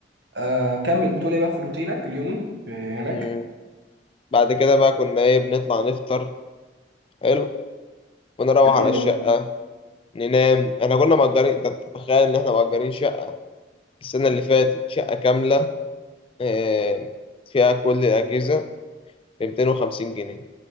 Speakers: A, on the right (about 60°); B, on the left (about 30°).
A: آه كمل بتقول ايه بقى في روتينك اليومي في هناك
B: مم. بعد كده بقى كنا ايه بنطلع نفطر حلو ونروح
A: جميل
B: على الشقة
A: أوي
B: ننام احنا كنا مأجرين انت تتخيل ان احنا مأجرين شقة السنة اللي فاتت شقة كاملة إيه فيها كل الأجهزة ب 250 جنيه